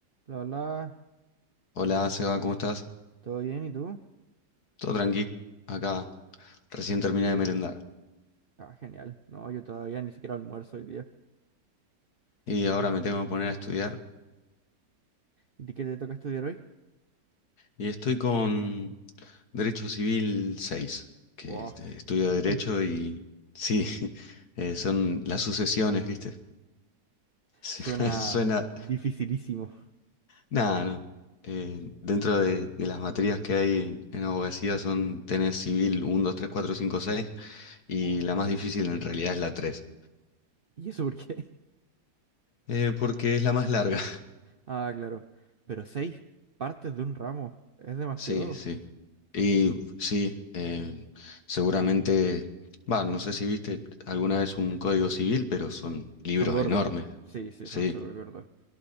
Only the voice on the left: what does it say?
Hola, Seba, ¿cómo estás?
Todo tranqui. Acá recién terminé de merendar
y ahora me tengo que poner a estudiar.
Y estoy con Derecho Civil 6, que
este, estudio
Derecho y sí, <laughs> eh, son las sucesiones, ¿viste? <laughs> Sí,
Suena...
Nada, no. Eh, dentro de, de las materias que hay en, en abogacía son tenés civil uno, 2, 3, 4, 5, 6 y
la más difícil en realidad es la 3,
eh, porque es la más larga.
Sí, sí. Y sí, eh, seguramente, va, no sé si viste alguna vez un código civil, pero son libros
enormes,
sí.